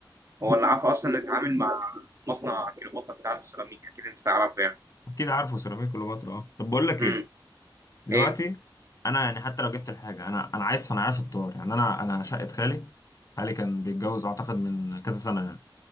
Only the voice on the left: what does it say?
اكيد عارفه سيراميك كليوباترا اه طب بقول لك
ايه دلوقتي
انا يعني حتى لو جبت الحاجه انا انا عايز صنايعيه شطار يعني انا انا شقه خالي خالي كان بيتجوز اعتقد من كذا سنه يعني